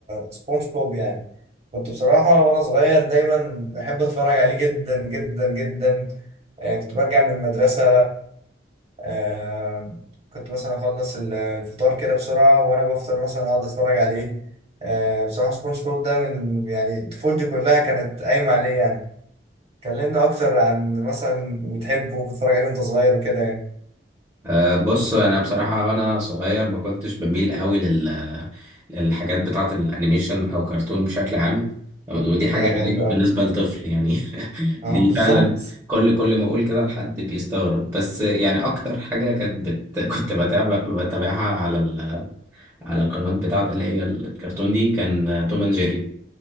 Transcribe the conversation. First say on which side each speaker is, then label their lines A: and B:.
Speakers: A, on the right; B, on the right.
A: سبونج بوب يعني كنت بصراحه وانا صغير دايما بحب اتفرج عليه جدا جدا جدا آه كنت برجع من المدرسه آه كنت مثلا اخلص ال- الفطار كده بسرعه وانا بفطر مثلا اقعد اتفرج عليه آه بصراحه سبونج بوب ده من يعني طفولتي كلها كانت قايمه عليه يعني كلمنا اكتر عن مثلا بتحبه وبتتفرج عليه وانت صغير وكده يعني
B: أه، بص انا بصراحه وانا صغير ما كنتش بميل قوي لل للحاجات بتاعه الانيميشن او كرتون بشكل عام ودي حاجه
A: يا
B: مم.
A: غريبه
B: غريبه
A: قوي
B: بالنسبه لطفل يعني <laughs>
A: اه
B: دي
A: بالظبط
B: فعلا كل كل ما اقول كده لحد بيستغرب بس يعني اكتر حاجه كانت بت... <laughs> كنت بتابع بتابعها على ال... على القنوات بتاعه اللي هي الكرتون دي كان توم اند جيري